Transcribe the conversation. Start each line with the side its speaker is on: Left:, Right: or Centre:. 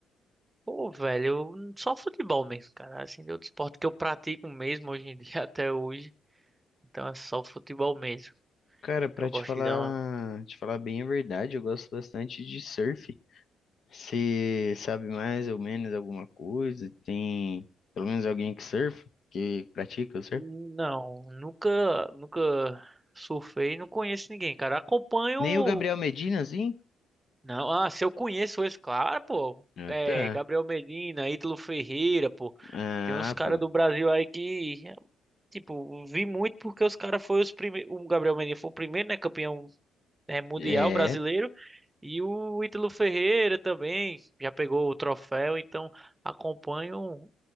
Right: Pô, velho, eu- n- só futebol mesmo, cara. Assim, de outro esporte que eu pratico mesmo hoje em dia, <laughs> até hoje. Então é só futebol mesmo.
Left: Cara, pra
Right: Que eu
Left: te
Right: gosto
Left: falar,
Right: de dar uma...
Left: te falar bem a verdade, eu gosto bastante de surf. Você sabe mais ou menos alguma coisa? Tem pelo menos alguém que surfa, que pratica o surf?
Right: Não, nunca, nunca surfei, não conheço ninguém, cara. Acompanho.
Left: Nem o Gabriel Medina, assim?
Right: Não, ah, se eu conheço eles, claro, pô.
Left: Ah,
Right: É,
Left: tá.
Right: Gabriel Medina, Ítalo Ferreira, pô.
Left: Ah,
Right: Tem uns caras
Left: pô.
Right: do Brasil aí que, tipo, vi muito porque os caras foram os primeiros. O Gabriel Medina foi o primeiro, né? Campeão, é, mundial
Left: É.
Right: brasileiro. E o Ítalo Ferreira também já pegou o troféu, então acompanho